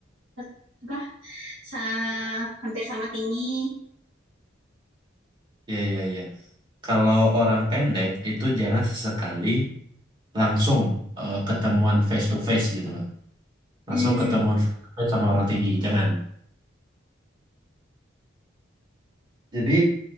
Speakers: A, on the right; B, on the right.
A: tet- apa? Sa hampir sama tinggi.
B: ya ya ya. Kalau orang pendek itu jangan sesekali langsung eh, ketemuan face to face gitu loh. Langsung
A: Hmm,
B: ketemuan face to face sama orang tinggi, jangan. Jadi